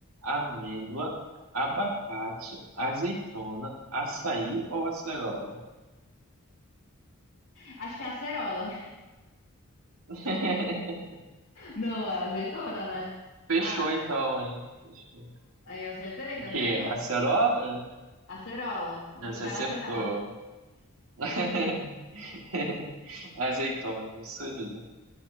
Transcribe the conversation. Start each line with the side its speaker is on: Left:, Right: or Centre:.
Right: Amêndoa, abacate, azeitona, açaí ou acerola?
Left: Acho que é acerola.
Right: <laughs>
Left: Não, é azeitona, né?
Right: Fechou
Left: Clara.
Right: então, hein? Fechou.
Left: Aí eu acertei,
Right: O
Left: tá
Right: que?
Left: vendo?
Right: é? Acerola?
Left: Acerola. Vou
Right: Ah,
Left: fechar
Right: Você acertou.
Left: na acerola.
Right: <laughs> <laughs> Azeitona, isso aí.